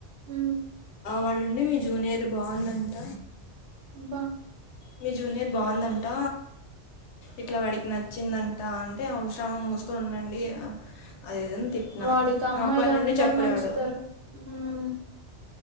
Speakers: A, on the right; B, on the left.
A: ఉమ్
B: వాడుండి మీ జూనియర్ బాగుందంట
A: బ
B: మీ జూనియర్ బాగుందంట ఇట్లా వాడిక్ నచ్చిందంట అంటే అవసరమా మూసుకొని ఉండండి అది ఇది అని తిట్టిన
A: వాడికి అమ్మాయిలందరు
B: అప్పడి నుండి చెప్పిలేఆడుఆ
A: నచ్చుతారు ఉమ్